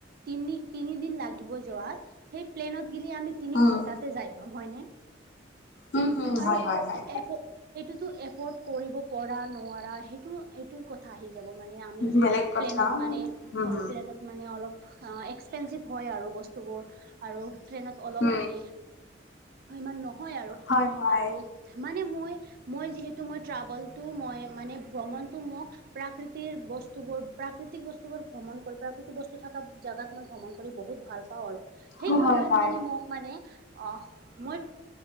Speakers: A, on the right; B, on the left.
A: তিনি তিনিদিন লাগিব যোৱাত সেই প্লেনত গেলি আমি তিনি
B: উম
A: ঘণ্টাতে যায় পাম হয়নে
B: উম হম
A: আৰু
B: হয় হয় হয়
A: এফ এইটো এ ফৰ্ট কৰিব পৰা নোৱাৰা সেইটো তো কথা আহি যাব মানে আমি যি
B: বেলেগ কথা
A: প্লেনত মানে
B: উম হম
A: হয় প্লেনত মানে অলপ এক্সপেঞ্চিভ হয় আৰু বস্তুবোৰ আৰু ট্ৰেইনত অলপ
B: উম
A: মানে ইমান নহয় আৰু
B: হয় হয়
A: আৰু মানে মই মই যিহেতু তো মই ট্ৰাভেলটো মই মানে ভ্ৰমণটো মোক প্ৰাকৃতিৰ বস্তুবোৰ প্ৰাকৃতিক বস্তুবোৰ ভ্ৰমণ কৰি প্ৰাকৃতিক বস্তু থকা জাগাত মই ভ্ৰমণ কৰি বহুত ভাল পাওঁ আৰু সেই
B: উম
A: সময়ত
B: হয় হয়
A: মানে মোক মানে অহ মই